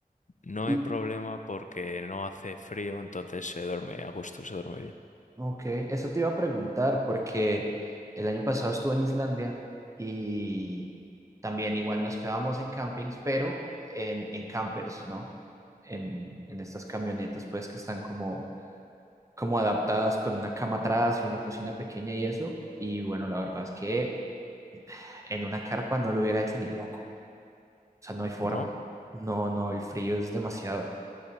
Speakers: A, on the left (about 55°); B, on the right (about 20°).
A: No
B: Y,
A: hay problema porque no hace frío, entonces se duerme a gusto, se duerme bien,
B: ok, eso te iba a preguntar porque el año pasado estuve en Islandia y también igual nos quedábamos en campings, pero en, en campers, ¿no? En, en estas camionetas, pues, que están como como adaptadas con una cama atrás y una cocina pequeña y eso. Y bueno, la verdad es que En una carpa no lo hubiera hecho ni loco. O sea, no hay forma.
A: ¿no?
B: No, no, el frío es demasiado